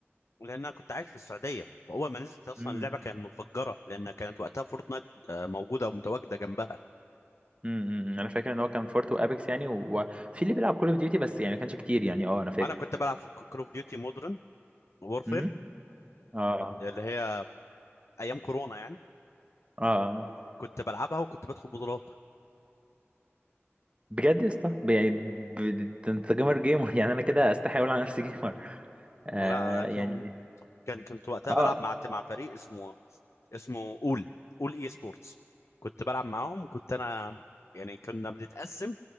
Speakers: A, on the left; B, on the right.
A: لان انا كنت عايش في السعوديه واول ما نزلت اصلا
B: امم
A: اللعبه كانت متفجره لان كانت وقتها فورتنايت آه، موجوده ومتواجده جنبها
B: امم انا فاكر ان هو كان فورت وابيكس يعني وفي اللي بيلعب كول اوف ديوتي بس يعني ما كانش كتير يعني اه انا فاكر
A: انا كنت بلعب في كول اوف ديوتي مودرن وورفير
B: امم اه
A: اللي هي ايام كورونا يعني
B: اه
A: كنت بلعبها وكنت بدخل بطولات
B: بجد يا اسطى ب- يعني ب- انت انت جيمر جيمر <laughs> يعني انا كده استحي اقول على نفسي جيمر آه
A: لا انا كان
B: يعني
A: كان كنت وقتها
B: اه
A: بلعب مع مع فريق اسمه اسمه اول اول اي سبورتس كنت بلعب معاهم وكنت انا يعني كنا بنتقسم